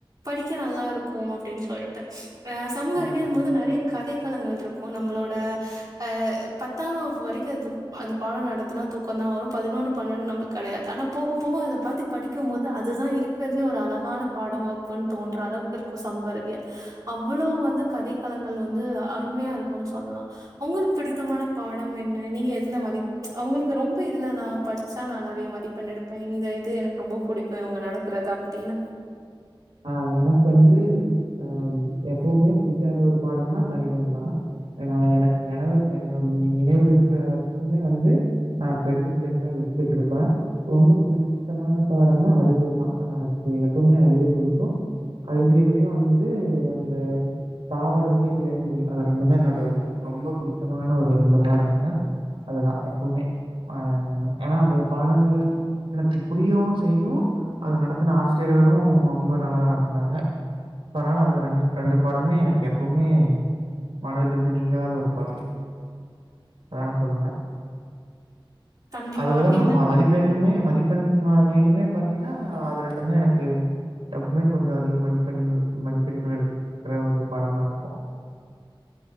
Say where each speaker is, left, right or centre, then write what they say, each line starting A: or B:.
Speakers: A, on the right; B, on the right.
A: படிக்க நல்லா இருக்கூ அப்டின் சொல்ட்டு அ சமூக அறிவியல்ன்
B: ம்.
A: போது நறைய கதை <unintelligible> கள்ட்ருக்கோ நம்மளோட அ பத்தாம் வகுப்பு வரைக்கும் அது அந்த பாடோ நடத்துனா தூக்கந்தா வரூ பதினொன்னு பன்னெண்டு நம்மளுக்கு கடையாது ஆனா போக போக அத பாத்தி படிக்கும் போது அதுதா இருக்கறதுலே ஒரு அழகான பாடம் அப்போன் தோன்ற அளவுக்கு இருக்கும் சமூக அறிவியல் அவ்ளோ வந்து கதைக்களங்கள் வந்து அருமையா இருக்குன் சொல்லா உங்குளுக் பிடித்தமான பாடம் என்ன நீங்க எதுல மதிப் அவங்களுக்கு ரொம்ப இதுல நா படிச்சா நா நறைய மதிப்பெண் எடுப்பே இந்த இது எனக்கு ரொம்போ புடிக்கும் இவங்க நடத்துறது அப்டின்னு
B: ஆ எனக்கு வந்து ஆ எப்பவுமே புடிக்காத ஒரு பாடம்னா கணிதம்தா ஏனா எனக்கு நெனவு <unintelligible> நினைவுல் இருக்கற வரைக்குமே வந்து நா <unintelligible> எடுத்துட்ருப்பே ரொம்போ புடித்தமான பாடம்னா அறிவியல் தா அ பே எப்பமே அறிவியல் புடிக்கு கு அறிவியல்லியு வந்து அந்த தாவரவியல் விலங்கியல் அது ரெண்டுமே என்னோட ரொம்ப புடித்தமான ஒரு ரெண்டு பாடங்கள் நா அதுதா எப்பவுமே ஆ ஏன்னா அந்த பாடங்கள் எனக்கு புரியவும் செய்யும் அது நடத்துன ஆசிரியர்களும் ரொம்ப நல்லா நடத்துனாங்க அதனால அது ரெண்டு ரெண்டு பாடமே எனக்கு எப்பவுமே மனதில இருந்து நீங்காத ஒரு பாடம் அதான் நான் சொல்லுவேன்
A: கண்டிப்பா.
B: அதுலதான்
A: ஏன்னா
B: நம்ம மதிப்பெண்ணுமே மதி பெண் வகையிலுமே பாத்தீங்கன்னா அது ரெண்டுமே எனக்கு எப்பவுமே கொஞ்ச அதிக மதிப்பெண்கள் மதிப்பெண்கள் எடுக்கற ஒரு பாடமா இருக்கு